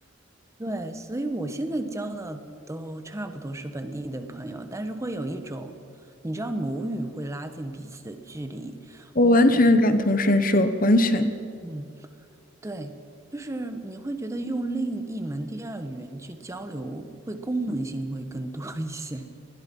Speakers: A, on the right; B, on the left.
A: <laughs> 对，所以我现在交的都差不多是本地的朋友，但是会有一种，你知道母语会拉近彼此的距离。
B: <laughs> 我完全感同身受，
A: 我感
B: 完全。
A: 嗯嗯，对，就是你会觉得用另一门第二语言去交流，会功能性会更多 <laughs> 一些。